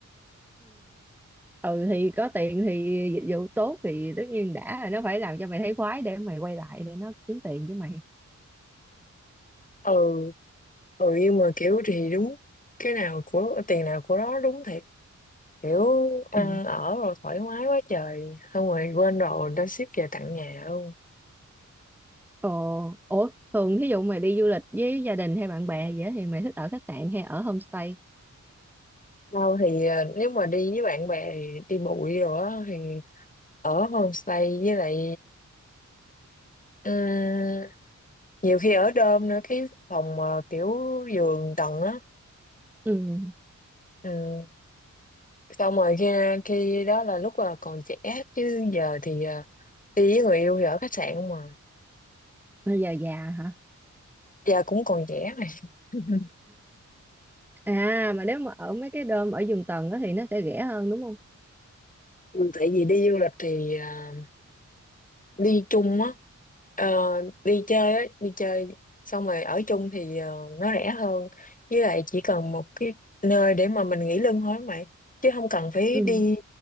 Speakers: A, in the centre; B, on the left.
A: ừ thì có tiền thì dịch vụ tốt thì tất nhiên đã là nó phải làm cho mày thấy khoái để mày quay lại để nó kiếm tiền với mày
B: ừ ừ nhưng mà kiểu thì đúng cái nào của tiền nào của đó đúng thiệt kiểu ăn
A: Ừ.
B: ở rồi thoải mái quá trời xong rồi quên rồi đã ship về tận nhà luôn
A: Ồ, ủa, thường thí dụ mày đi du lịch với gia đình hay bạn bè vậy á, thì mày thích ở khách sạn hay ở homestay?
B: đâu thì à, nếu mà đi với bạn bè thì đi bụi rồi á thì ở homestay với lại ừ, nhiều khi ở đơm nữa cái phòng mà kiểu giường tầng á
A: Ừ,
B: Ừ, xong rồi khi khi đó là lúc là còn trẻ chứ giờ thì à, đi với người yêu thì ở khách sạn không mà
A: bây giờ già hả?
B: giờ cũng còn trẻ mà <laughs>
A: À, mà nếu mà ở mấy cái đom ở giường tầng á thì nó sẽ rẻ hơn đúng không?
B: Ừ, tại vì đi du lịch thì à, đi chung á Ờ, đi chơi á đi chơi xong rồi ở chung thì ờ, nó rẻ hơn với lại chỉ cần một cái nơi để mà mình nghỉ lưng thôi mày chứ không cần phải
A: Ừ,
B: đi